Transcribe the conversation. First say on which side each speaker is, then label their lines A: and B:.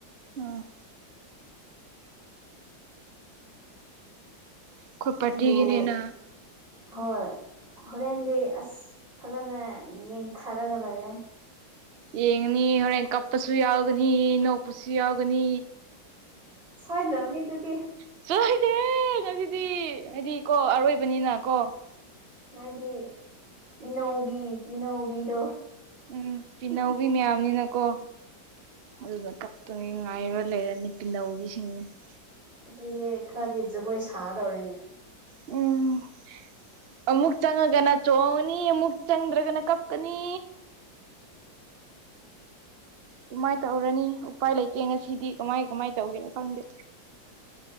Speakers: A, on the right; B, on the right.
A: ꯎꯝ ꯑꯩꯈꯣꯏ ꯄꯥꯔꯇꯤꯒꯤꯅꯤꯅ
B: ꯑꯗꯨꯗꯣ <unintelligible> ꯍꯣꯏ ꯍꯣꯔꯦꯟꯗꯤ ꯑꯁ ꯐꯖꯟꯅ ꯌꯦꯡꯊꯔꯒ ꯂꯣꯏꯔꯦ
A: ꯌꯦꯡꯅꯤ ꯍꯣꯔꯦꯟ ꯀꯞꯄꯁꯨ ꯌꯥꯎꯒꯅꯤ ꯅꯣꯛꯄꯁꯨ ꯌꯥꯎꯒꯅꯤ
B: ꯁꯣꯏꯗ꯭ꯔꯕꯅꯤ ꯑꯗꯨꯗꯤ
A: <unintelligible>
B: ꯅꯣꯏꯗꯤ ꯄꯤꯅꯧꯕꯤ ꯄꯤꯅꯧꯕꯤꯗꯣ
A: ꯎꯝ ꯄꯤꯅꯧꯕꯤ ꯃꯌꯥꯝꯅꯤꯅꯀꯣ ꯑꯗꯨꯅ ꯀꯛꯇꯅꯤ ꯉꯥꯏꯔ ꯂꯩꯔꯅꯤ ꯄꯤꯅꯥꯧꯤꯁꯤꯡꯁ <unintelligible>
B: ꯁꯤꯁꯦ ꯈꯔꯗꯤ ꯖꯒꯣꯏ ꯁꯥꯗꯧꯔꯦꯅꯦ
A: ꯎꯝ ꯑꯃꯨꯛ ꯆꯪꯉꯒꯅ ꯆꯣꯡꯉꯅꯤ ꯑꯃꯨꯛ ꯆꯪꯗ꯭ꯔꯒꯅ ꯀꯞꯀꯅꯤ ꯗꯨꯃꯥꯢ ꯇꯧꯔꯅꯤ ꯎꯄꯥꯏ ꯂꯩꯇꯦ ꯉꯁꯤꯗꯤ ꯀꯃꯥꯏ ꯀꯃꯥꯏ ꯇꯧꯗꯣꯢꯅꯣ ꯈꯪꯗꯦ